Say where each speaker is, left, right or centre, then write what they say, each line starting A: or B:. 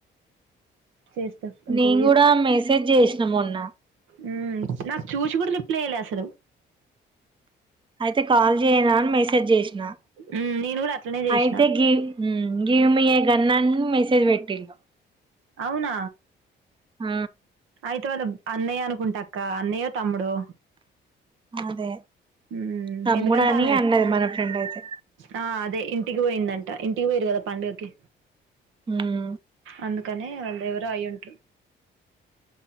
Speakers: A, on the right; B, on the right.
A: చేస్తా ఇంకో
B: నేను కూడా మెసేజ్ జేసినా మొన్న
A: మ్మ్ నాకు చూచి కూడా రిప్లే ఇయ్యలే అసలు
B: తే కాల్ జేయనా అని మెసే జ్ జేసినా
A: ఉమ్ నేను కూడా అట్లనే చేసిన
B: అయితే గివ్ గివ్ మి ఎ కన్నా అన్ మెస్సేజ్ వెట్టిండు
A: అవున
B: ఆ
A: అయితే వాళ్ళు అన్నయ్య అనుకుంటక్క అన్నయ్యో తమ్ముడో
B: అదే
A: ఉమ్
B: తమ్ముడు
A: ఎందుకంటే
B: అని
A: ఆమె
B: అన్నది మన ఫ్రెండ్ అయితే
A: ఆ అదే ఇంటికి పోయిందంట ఇంటికి పోయరు కద పండక్కి
B: హమ్
A: అందుకనే వాళ్ళు ఎవరు అయ్యుందృ